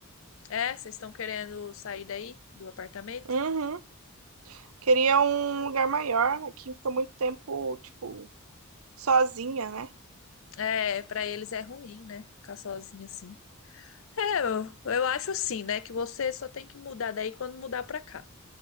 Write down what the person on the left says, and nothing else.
É, vocês estão querendo sair daí do apartamento?
É, pra eles é ruim, né? Ficar sozinho assim. É, eu, eu acho assim, né? Que você só tem que mudar daí quando mudar pra cá.